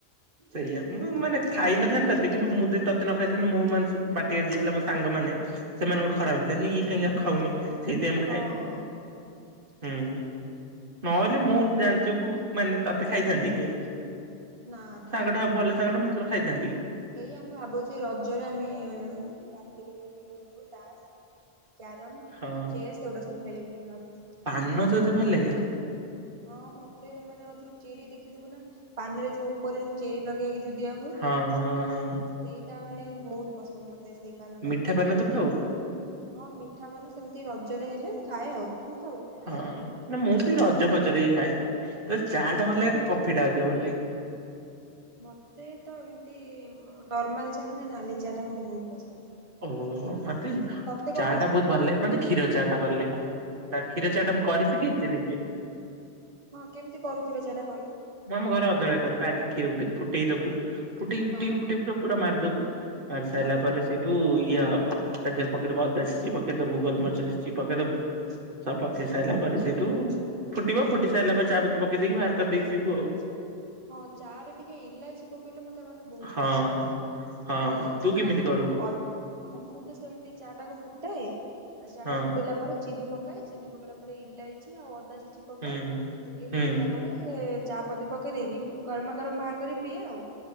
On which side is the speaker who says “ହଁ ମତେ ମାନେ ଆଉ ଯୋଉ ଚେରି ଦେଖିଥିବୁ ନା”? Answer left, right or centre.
Right